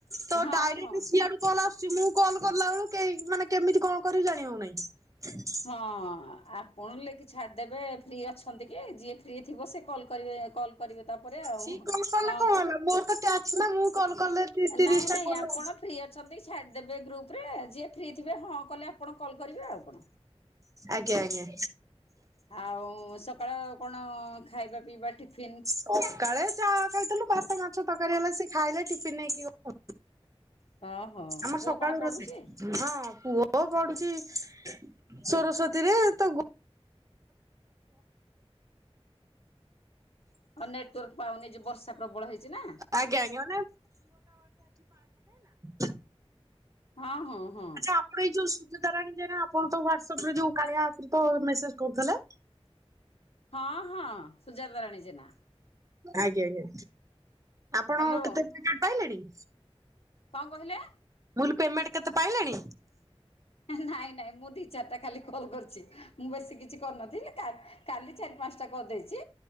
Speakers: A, on the right; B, on the left.
A: ତ
B: ହଁ
A: ଡାଇରେକ୍ଟ
B: ହଁ।
A: ସିଆଡୁ କଲ୍ ଆସୁଚି ମୁଁ କଲ୍ କଲା ବେଳୁ କେହି ମାନେ କେମିତି କଣ କରିବି ଜାଣି ହଉନାହିଁ।
B: ହଁ ଆପଣ ଲେକି ଛାଡ଼ିଦେବେ ଫ୍ରି ଅଛନ୍ତି କି ଯିଏ ଫ୍ରି ଥିବ ସେ କଲ୍ କରିବେ କଲ୍ କରିବେ ତାପରେ ଆଉ
A: ସିଏ କଲ୍ କଲେ
B: ହଁ।
A: କଣ ହେଲା ମୋର ତ ଟ୍ୟାକ୍ସ ନା ମୁଁ କଲ୍ କଲେ ତିରିଶି
B: ନାଇଁ
A: ଟା
B: ନାଇଁ
A: କଲ
B: ଆପଣ ଫ୍ରି ଅଛନ୍ତି କି ଛାଡ଼ିଦେବେ ଗ୍ରୁପରେ ଯିଏ ଫ୍ରି ଥିବ ହଁ କଲେ ଆପଣ କଲ୍ କରିବେ ଆଉ କଣ।
A: ଆଜ୍ଞା ଆଜ୍ଞା।
B: ଆଉ ସକାଳ କଣ ଖାଇବା ପିଇବା ଟିଫିନ୍?
A: ସକାଳେ ଚାହା ଖାଇଥିଲୁ, ଭାତ ମାଛ ତରକାରୀ ହେଲା ସେ ଖାଇଲେ ଟିଫିନ୍ ନେଇକି ଗ
B: ଓହୋ
A: ଆମର
B: ପୁଅ
A: ସକାଳୁ
B: କଣ ପଢୁଛି?
A: ରୋଷେଇ। ହଁ ପୁଅ ପଡୁଛି ସୋରସ୍ଵତୀ ରେ ତ
B: ହଉ ନେଟୱାର୍କ ପାଉନି ଯେ, ବର୍ଷା ପ୍ରବଳ ହେଇଚି ନା।
A: ଆଜ୍ଞା ଆଜ୍ଞା। <unintelligible>
B: ହଁ ହଉ ହଁ।
A: ଆପଣ ଏଇ ଯୋଉ ସୁଜତାରାଣୀ ଜେନା ଆପଣ ତ ହ୍ୱାଟସଆପରେ ଯୋଉ କାଳିଆକୁ ତ ମେସେଜ କରୁଥିଲେ।
B: ହଁ ହଁ ସୁଜାତାରାଣୀ ଜେନା।
A: ଆଜ୍ଞା ଆଜ୍ଞା। ଆପଣ
B: ହ୍ୟାଲୋ
A: କେତେ ପେମେଣ୍ଟ ପାଇଲେଣି?
B: କଣ କହିଲେ?
A: ମୁଁ ଲି ପେମେଣ୍ଟ କେତେ ପାଇଲେଣି?
B: ନାଇଁ ନାଇଁ ମୁଁ ଦି ଚାରିଟା ଖାଲି କଲ କରିଚି, ମୁଁ ବେଶୀ କିଛି କରିନଥିଲି କା କାଲି ଚାରି ପାଞ୍ଚଟା କରିଦେଇଚି,